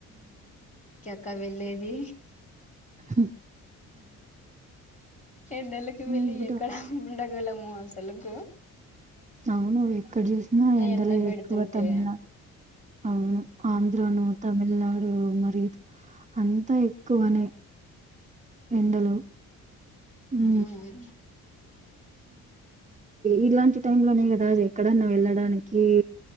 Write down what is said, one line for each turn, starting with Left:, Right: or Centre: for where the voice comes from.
Left: ఇక్క వెళ్ళేది
Right: హ
Left: ఎండలకి
Right: ఆ,
Left: వెళ్ళ
Right: ఇప్పుడు
Left: ఎక్కడ ఉండగలం సలుకు
Right: అవు నువ్వు ఎక్కడ చూసినా ఎండలే
Left: ఎండ పెడుతుంటే
Right: ఎక్కువ తమిళనాడు అవును ఆంధ్రను తమిళనాడు మరి అంతా ఎక్కువనే ఎండలో ఉ
Left: ఉమ్
Right: ఇలాంటి టై లోనే కదా ఎక్కడన్నా వెళ్ళడానికి